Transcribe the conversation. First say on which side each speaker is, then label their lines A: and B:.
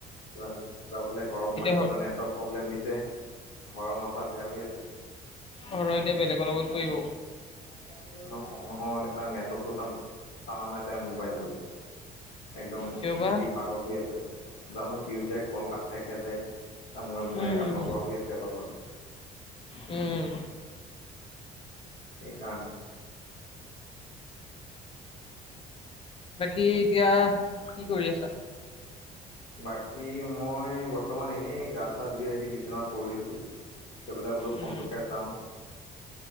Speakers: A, on the left; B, on the left.
A: কিবা কিবা বোলে হৰৰ মোবাইলটো
B: হ
A: কিবা নেটৱৰ্ক প্ৰব্লেম দিছে। হৰৰ মাথা বেয়া হৈ আছে।
B: অ'! ৰোহিতে বেলেগৰ লগত বহিব।
A: নহয়, নহয়। তাৰ, নেটৱৰ্কটো টান, টানা নাই, তাই মোবাইলটো। একদম,
B: কিয় বা
A: সি পাগল হৈ আছে। জানোঁ! কি হৈছে, ক'ল কাট খাই, খাই যায়। তাৰ মূৰে, মূৰে
B: উম
A: কাম নকৰা হৈ আছে, <unintelligible>
B: উম!
A: সেইকাৰনে।
B: বাকী, এতিয়া কি কৰি আছা?
A: বাকী, মই বৰ্তমান এনেই, গা-চা ধুই আহি, বিচনাত পৰিছোঁ। গৈ পেলাই বোলো, ফোনটোকে
B: উম
A: চাওঁ।